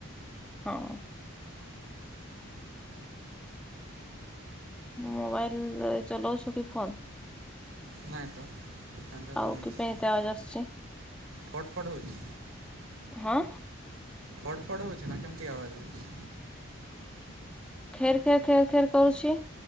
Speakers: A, in the centre; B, on the right.
A: ହଁ। ମୋବାଇଲ ଚଲଉଛୁ କି ଫୋନ?
B: ନାଇଁ ତ କାନରେ ଲଗେଇଚି।
A: ଆଉ କି ପାଇଁ ଏତେ ଆୱାଜ ଆସୁଛି
B: ଫଡ୍ ଫଡ୍ ହୋଉଛି।
A: ହଁ।
B: ଫଡ୍ ଫଡ୍ ହୋଉଚି ନା କେମିତି ଆବାଜ ହୋଉଚି?
A: ଖେର ଖେର ଖେର ଖେର କରୁଛି।